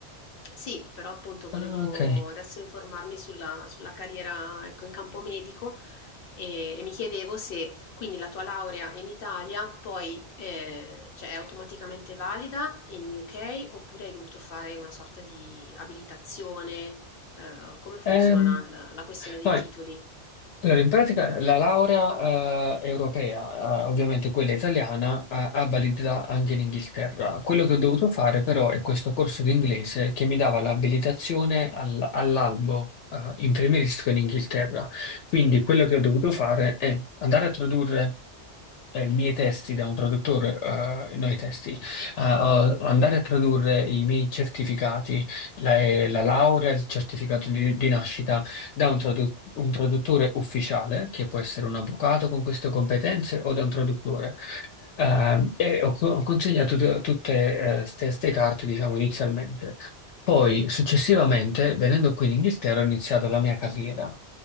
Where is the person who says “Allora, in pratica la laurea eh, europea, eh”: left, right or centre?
Left